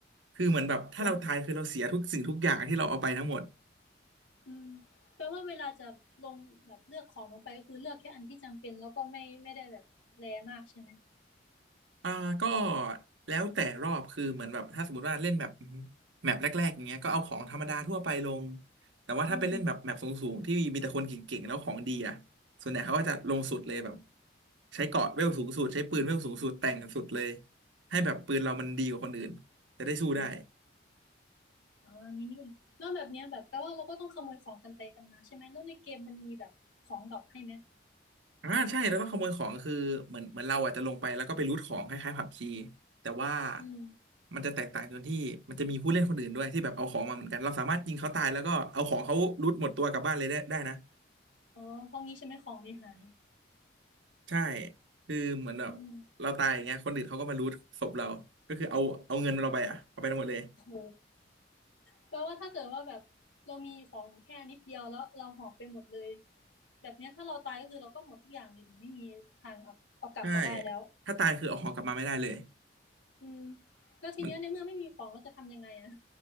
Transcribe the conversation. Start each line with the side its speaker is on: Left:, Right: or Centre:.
Right: คือเหมือนแบบถ้าเราตายคือเราเสียทุกสิ่งทุกอย่างที่เราเอาไปทั้งหมด
Left: เอืมแปลว่าเวลาจะลงแบบเลือกของลงไปก็คือเลือกแค่อันที่จำเป็นแล้วก็ไม่ไม่ได้แบบแรมากใช่ไหม
Right: อ่าก็แล้วแต่รอบคือเหมือนแบบถ้าสมมติว่าเล่นแบบแมปแรกๆอย่างเงี้ยก็เอาของธรรมดาทั่วไปลงแต่ว่าถ้าเป็นเล่นแบบแมปสูงๆที่มีแต่คนเก่งๆแล้วของดีอ่ะส่วนใหญ่เขาก็จะลงสุดเลยแบบ
Left: อืม
Right: ใช้เกราะเวลสูงสุดใช้ปืนเวลสูงสุดแต่งสุดเลยให้แบบปืนเรามันดีกว่าคนอื่นจะได้สู้ได้
Left: อืมอ๋ออย่างนี้นี่เองแล้วแบบเนี้ยแบบแปลว่าเราก็ต้องขโมยของกันไปกันมาใช่ไหมแล้วในเกมมันมีแบบของดรอปให้ไหม
Right: อ่าใช่แล้วก็ขโมยของคือเหมือนเหมือนเราอ่ะจะลงไปแล้วก็ไปรูทของคล้ายๆผับจีแต่ว่า
Left: อืม
Right: มันจะแตกต่างตรงที่มันจะมีผู้เล่นคนอื่นด้วยที่แบบเอาของมาเหมือนกันเราสามารถยิงเขาตายแล้วก็เอาของเขารูทหมดตัวกลับบ้านเลยได้ได้นะ
Left: อ๋อพวกนี้ใช่ไหมของเลยหาย
Right: ใช่คือเหมือนแบบเราตายอย่างเงี้ยคนอื่นเขาก็มารูทศพเราก็คือเอาเอาเงินเราไปอ่ะเอาไปทั้งหมดเลย
Left: อืมโหแปลว่าถ้าเกิดว่าแบบเรามีของแค่นิดเดียวแล้วเราหอบไปหมดเลยแบบเนี้ยถ้าเราตายก็คือเราก็หมดทุกอย่างเลยดิไม่มีทางเอาเอากลับมาได้แล้ว
Right: ใช่ถ้าตายคือเอาของกลับมาไม่ได้เลย
Left: อืมแล้วทีเนี้ยในเมื่อไม่มีของเราจะทำยังไงอะ
Right: มัน